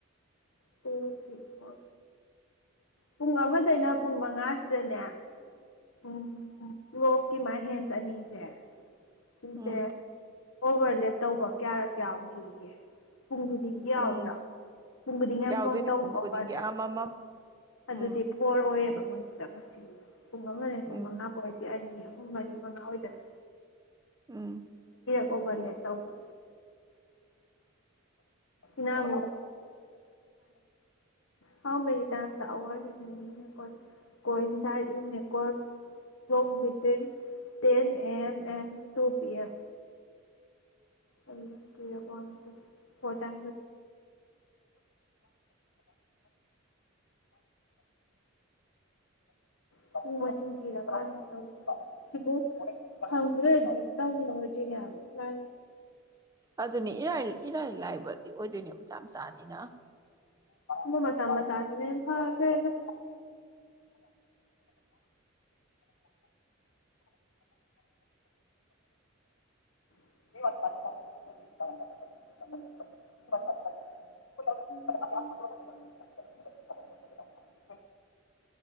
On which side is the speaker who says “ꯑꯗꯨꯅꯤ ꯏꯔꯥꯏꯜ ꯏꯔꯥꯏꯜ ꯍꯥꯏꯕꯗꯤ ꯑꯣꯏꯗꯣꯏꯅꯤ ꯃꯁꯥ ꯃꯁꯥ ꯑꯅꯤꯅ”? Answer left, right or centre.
Right